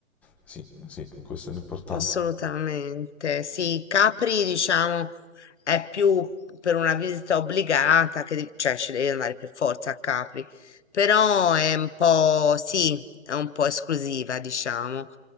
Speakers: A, in the centre; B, on the left.
A: Sì, sì, questo è l'importante.
B: Assolutamente. Sì, Capri, diciamo, è più per una visita obbligata, che devi- cioè ci devi andare per forza a Capri, però è un po', sì, è un po' esclusiva, diciamo.